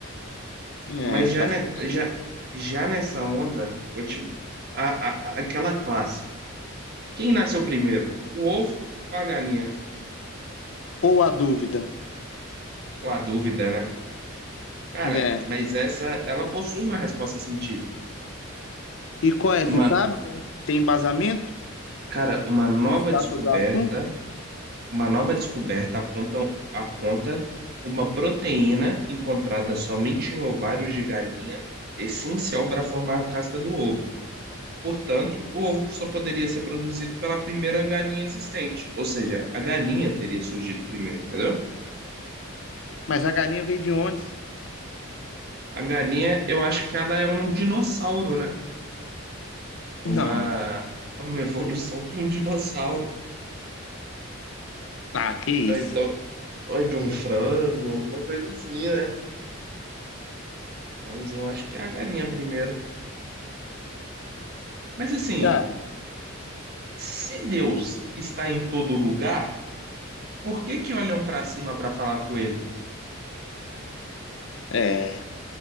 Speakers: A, on the left; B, on the right.
A: É,
B: Mas já,
A: faz
B: ne-
A: sentido.
B: já, já nessa onda, vou te- a- a- a- aquela clássica. Quem nasceu primeiro? O ovo ou a galinha?
A: Ou a dúvida.
B: Ou a dúvida, né? Cara,
A: É.
B: mas essa, ela possui uma resposta científica.
A: E qual é?
B: Uma,
A: Você sabe? Tem, tem embasamento?
B: cara, uma nova
A: Comentar
B: descoberta
A: sobre o assunto?
B: Uma nova descoberta aponta, aponta uma proteína encontrada somente em ovários de galinha, essencial para formar a casca do ovo. Portanto, o ovo só poderia ser produzido pela primeira galinha existente, ou seja, a galinha teria surgido primeiro, entendeu?
A: Mas a galinha veio de onde? se-
B: A galinha, eu acho que ela é um dinossauro, né? Uma,
A: Não.
B: uma evolução de um dinossauro.
A: Ah, que isso.
B: Ou Então, ou de um frango, alguma coisa assim, né? Mas eu acho que é a galinha primeiro. Mas assim.
A: Cara,
B: Se Deus está em todo lugar, por que que olham para cima para falar com ele?
A: é.